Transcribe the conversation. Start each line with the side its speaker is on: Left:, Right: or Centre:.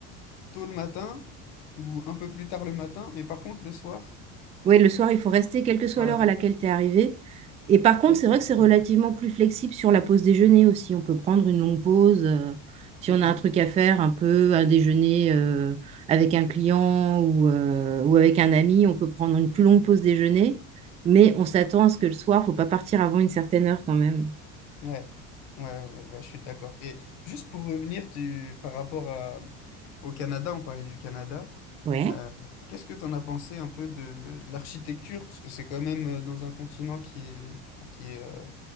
Left: tôt le matin ou un peu plus tard le matin, mais par contre, le soir,
Right: Oui, le soir, il faut rester quelle que soit
Left: voilà,
Right: l'heure à laquelle tu es arrivé. Et par contre,
Left: pas de
Right: c'est
Left: flexibilité.
Right: vrai que c'est relativement plus flexible sur la pause déjeuner aussi. On peut prendre une longue pause euh, si
Left: Mm,
Right: on a
Left: mm.
Right: un truc à faire, un peu un déjeuner euh, avec un client ou, euh, ou avec un ami. On peut prendre une plus longue pause déjeuner, mais on s'attend à ce que le soir, faut pas partir avant une certaine heure quand même.
Left: Ouais, ouais, ouais, ouais, je suis d'accord. Et juste pour revenir tu- par rapport à- au Canada, on parlait du Canada.
Right: Ouais,
Left: euh, qu'est-ce que tu en as pensé un peu de, de l'architecture? Parce que c'est quand même euh, dans un continent qui est, bah, qui est euh,